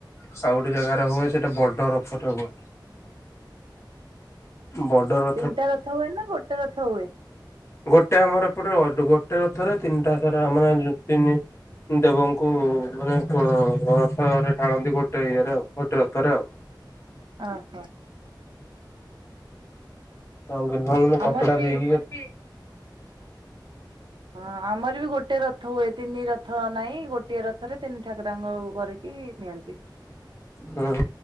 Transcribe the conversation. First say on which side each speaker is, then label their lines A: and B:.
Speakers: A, on the left; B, on the right.
A: ସେ ଆଉ ଗୋଟେ ଜାଗାରେ ହୁଏ ସେଇଟା ବଡ ରଥଟେ ହୁଏ।
B: ହ
A: ବର୍ଡ଼ର।
B: ତିନିଟା ରଥ ହୁଏ ନା ଗୋଟେ ରଥ ହୁଏ?
A: ଗୋଟେ ଆମର ଏପଟେ ଗୋଟେ ରଥରେ ତିନିଟା ସାରା ମାନେ ତିନି ଦେବଙ୍କୁ ମାନେ କୋ ରଥରେ ଟାଣନ୍ତି ଗୋଟେ ଇଏରେ ଆଉ ଗୋଟେ ରଥରେ ଆଉ।
B: ଅ ହ।
A: ହୁଁ <unintelligible>
B: ଆମର
A: କପଡା
B: ବି
A: ଦେଇକି
B: ହଁ ଆମର ବି ଗୋଟେ ରଥ ହୁଏ, ତିନି ରଥ ନାଇଁ ଗୋଟିଏ ର ଥରେ ତିନି ଠାକୁରାଙ୍କୁ କରିକି ନିଅନ୍ତି।
A: ହୁଁ।